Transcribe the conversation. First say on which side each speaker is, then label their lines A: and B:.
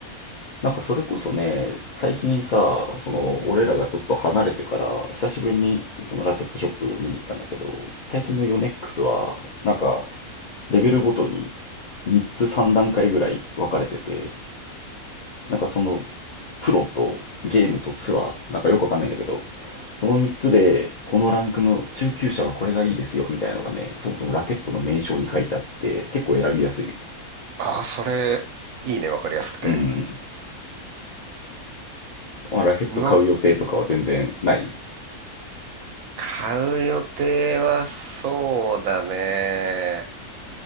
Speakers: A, on the left (about 70°); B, on the right (about 70°).
A: なんかそれこそね、最近さ、その、俺らがちょっと離れてから、久しぶりにそのラケットショップ見に行ったんだけど、最近のヨネックスは、なんか、レベルごとに3つ3段階ぐらい分かれてて、なんかそのプロとゲームとツアー、なんかよくわかんないんだけど、その3つで、このランクの中級者はこれがいいですよみたいなのがね、そもそもラケットの名称に書いてあって、結構選びやすい。
B: ああ、それ、いいね、わかりやすくて。
A: うん。まあ、ラケット買う予定とかは全然ない。
B: 今、買う予定はそうだね。